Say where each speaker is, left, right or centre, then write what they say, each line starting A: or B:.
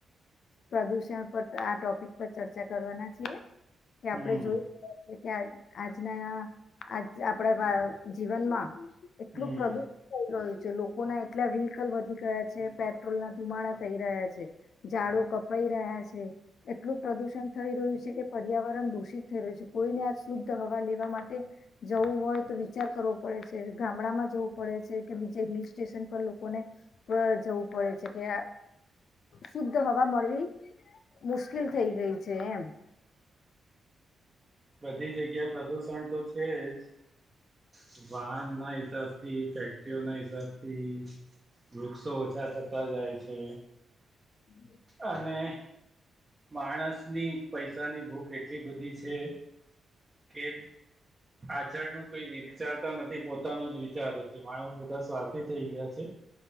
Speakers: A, on the left; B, on the right.
A: પ્રદુષણ પર આ ટોપિક પર ચર્ચા કરવાના છીએ. કે આપડે
B: હમ
A: જોયું એટલે કે આજ આજના આ આપડા જીવનમાં એટલું
B: હમ
A: પ્રદુષણ થઈ ગયુ ચ લો કો ના એટલા વ્હીકલ વધી ગયા છે પેટ્રોલ ના ધુમાડા થઈ રહ્યા છે ઝાડો કપાઈ રહ્યા છે એટલું પ્રદુષણ થઈ રહ્યું છે કે પર્યાવરણ દૂષિત થઈ રહ્યું છે કોઈને આ શુદ્ધ હવા લેવા માટે જવું હોય તો વિચાર કરવો પડે છે ગામડામાં જવું પડે છે કે બીજે હિલસ સ્ટેશન પર લોકોને જવું પડે છે કે શુદ્ધ હવા મળવી મુશ્કેલ થઈ ગઈ છે એમ-
B: બધી જગ્યા પ્રદુષણ તો છે જ વાહન ના હિસાબ થી ફેક્ટરીઓ ના હિસાબથી વૃક્ષો ઓછા થતા જાય છે.
A: <inaudible>
B: અને માણસની પૈસાની ભૂખ એટલી બધી છે. કે પાછળનું કઈ વિર વિચારતા નથી પોતાનું જ વિચારે છે માણસ બધા સ્વાર્થી થઈ ગયા છે.